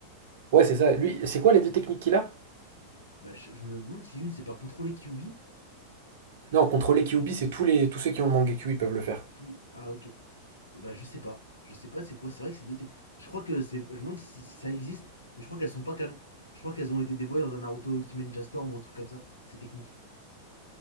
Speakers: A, on the right; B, on the left.
A: Ouais, c'est ça. Lui, c'est quoi les deux techniques qu'il a?
B: Bah, je, je me demande si une, c'est pas contrôler Kyubi.
A: Non, contrôler Kyuubi, c'est tous les tous ceux qui ont le Mangekyou, ils peuvent le faire.
B: Tout... Ah, ok. Et ben je sais pas. Je sais pas c'est quoi. C'est vrai que c'est deux T. Je crois que c'est. Je me demande si si ça existe, mais je crois qu'elles sont pas canon. Je crois qu'elles ont été dévoilées dans un Naruto Ultimate Ninja Storm ou un truc comme ça. Ces techniques.